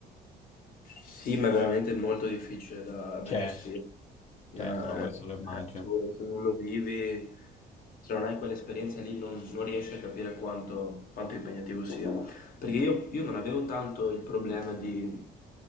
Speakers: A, on the left; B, on the left.
A: Sì, ma è veramente molto difficile da, da
B: Certo,
A: gestire. No,
B: certo,
A: è-
B: no, questo
A: è
B: lo immagino.
A: assurdo, se non lo vivi, se non hai quell'esperienza lì, non, non riesci a capire quanto, quanto impegnativo sia. Perché io, io non avevo tanto il problema di